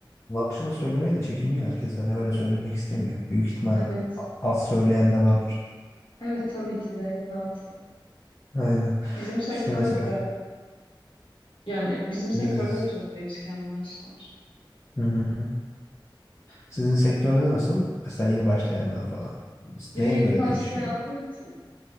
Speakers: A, on the left; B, on the left.
A: maaşını söylemeye de çekiniyor herkes. Hani öyle söylemek istemiyor. Büyük ihtimal
B: Evet.
A: a- az söyleyen de vardır.
B: Evet tabii ki de illaki.
A: Aynen.
B: Bizim sektörde
A: İşte mesela
B: de Yani bizim sektörde
A: siz-
B: de çok değişken maaşlar.
A: hı hı. Sizin sektörde nasıl? Mesela yeni başlayanlar falan.
B: Ya
A: Neye
B: yeni
A: göre
B: başlayanlar
A: değişiyor?
B: için